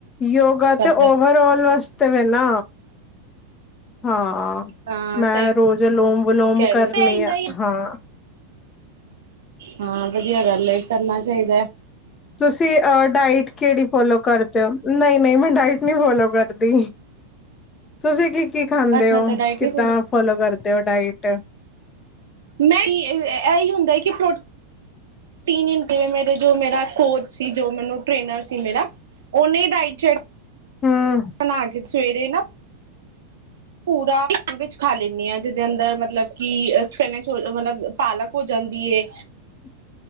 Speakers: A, on the left; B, on the right.
A: ਯੋਗਾ
B: ਕਰਦਾ
A: ਤੇ ਓਵਰ ਔਲ ਵਾਸਤੇ ਵੀ ਨਾ ਹਾਂ।
B: ਹਾਂ
A: ਮੈ
B: ਸਹੀ
A: ਰੋਜ਼ ਅਲੋਮ ਵਲੋਮ
B: ਕਹਿ
A: ਕਰਨੀ
B: ਰਹੇ ਹੋ
A: ਆ ਹਾਂ।
B: ਹਾਂ ਵਧੀਆ ਗੱਲ ਹੈ। ਕਰਨਾ ਚਾਹੀਦਾ ਹੈ।
A: ਤੁਸੀਂ ਡਾਇਟ ਕਿਹੜੀ ਫੋਲੋ ਕਰਦੇ ਹੋ ਨਹੀਂ ਨਹੀਂ ਮੈਂ ਡਾਇਟ ਨਹੀਂ ਫੋਲੋ ਕਰਦੀ ਤੁਸੀਂ ਕੀ-ਕੀ ਖਾਂਦੇ
B: ਅੱਛਾ
A: ਹੋ
B: ਅੱਛਾ ਡਾਇਟ
A: ਕਿੱਦਾਂ
B: ਨਹੀਂ
A: ਫੋਲੋ ਕਰਦੇ ਹੋ ਡਾਇਟ
B: ਮੈਂ ਇਹੀ ਹੁੰਦਾ ਕਿ ਪ ਤੀਨ ਇੰਕਰੇ ਮੇਰੇ ਜੋ ਮੇਰਾ ਕੋਡ ਸੀ ਜੋ ਟ੍ਰੇਨਰ ਸੀ ਮੇਰਾ ਉਹਨੇ ਡਾਈਚ
A: ਹਮ
B: <unintelligible> ਸਵੇਰੇ ਨਾ ਪੂਰਾ ਫ ਸੈਡਵਿੱਚ ਖਾ ਲੈਂਦੀ ਹਾਂ ਜਿਹਦੇ ਅੰਦਰ ਮਤਲਬ ਕਿ ਸਫੈਨ ਚ ਮਤਲਬ ਪਾਲਕ ਹੋ ਜਾਂਦੀ ਹੈ
A: ਅੱ <unintelligible>